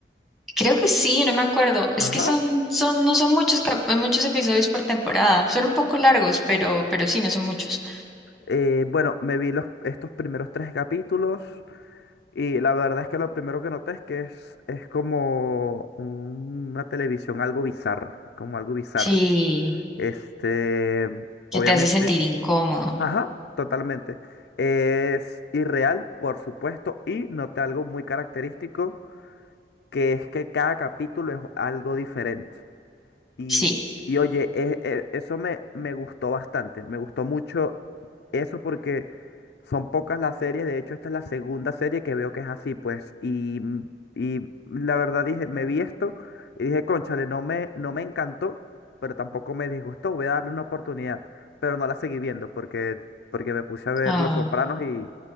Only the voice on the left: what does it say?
Ajá.
Eh, bueno, me vi los, estos primeros tres capítulos. Y la verdad es que lo primero que noté es que es, es como una televisión algo bizarra. Como algo bizarro.
Este, obviamente.
Ajá, totalmente. Es irreal, por supuesto, y noté algo muy característico, que es que cada capítulo es algo diferente. Y,
y oye, e- e- eso me, me gustó bastante, me gustó mucho eso porque son pocas las series, de hecho esta es la segunda serie que veo que es así, pues, y, mm, y la verdad dije, me vi esto y dije, cónchale, no me, no me encantó, pero tampoco me disgustó, voy a darle una oportunidad, pero no la seguí viendo porque, porque me puse a ver
Los Sopranos y,